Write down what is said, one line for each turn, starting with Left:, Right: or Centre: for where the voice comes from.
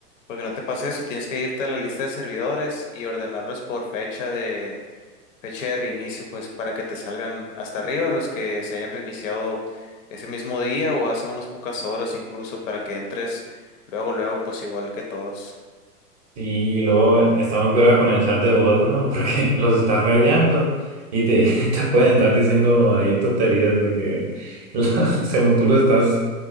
Left: porque no te pase eso, tienes que irte a la lista de servidores y ordenarlos por fecha de, fecha de reinicio, pues para que te salgan hasta arriba los que se hayan reiniciado ese mismo día o hace unas pocas horas incluso, para que entres luego, luego, pues igual que todos.
Right: Sí, y luego está muy curado con el chat de voz, ¿no? Porque <laughs> los estás raideando y te, <laughs> te pueden estar diciendo ahí tonterías de que lo- <laughs> según tú lo estás